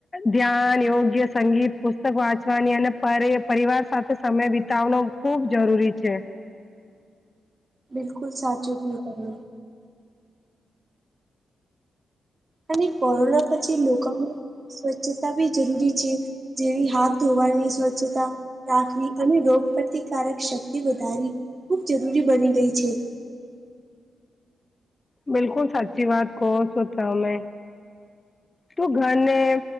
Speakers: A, on the left; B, on the right.
A: ધ્યાન યોગ્ય સંગીત પુસ્તક વાંચવાની અને પરે પરિવાર સાથે સમય વિતાવનો ખુબ જરૂરી છે.
B: બિલકુલ સાચકી તમે અને કોરોના પછી લોકોમાં સ્વચ્છતા બી જરૂરી છે. જેવી હાથ ધોવાર નહી સ્વચ્છતા રાખવી અને રોગ પ્રતિકારક શક્તિ વધારવી ખૂબ જરૂરી બની ગઈ છે.
A: બિલકુલ સાચી વાત કોહ સોતા હ મે તો ઘરને